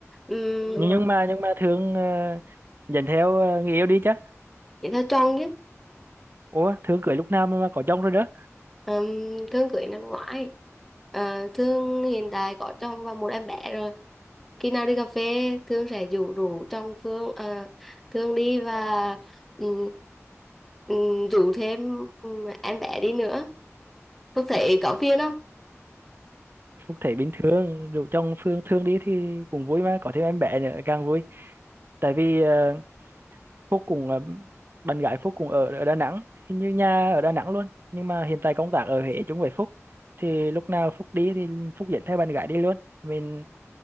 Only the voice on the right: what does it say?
nhưng nhưng mà nhưng mà Thương ờ, nhận theo ờ, người yêu đi chứ
ủa Thương cưới lúc nào mà mà có chồng rồi đó
Phúc thấy bình thường dù chồng Phương thương đi thì cũng vui mà có thêm em bé nữa càng vui tại vì ờ, Phúc cũng ờ, bạn gái Phúc cũng ở ở Đà Nẵng hình như nhà ở Đà Nẵng luôn nhưng mà hiện tại công tác ở Huế chung với Phúc thì lúc nào Phúc đi thì Phúc dẫn theo bạn gái đi luôn mình